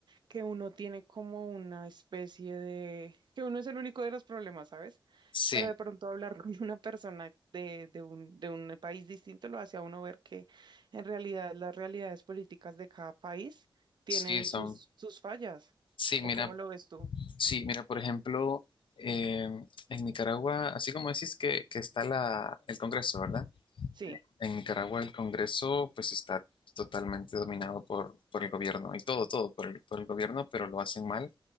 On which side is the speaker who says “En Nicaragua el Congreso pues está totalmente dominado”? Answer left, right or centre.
Left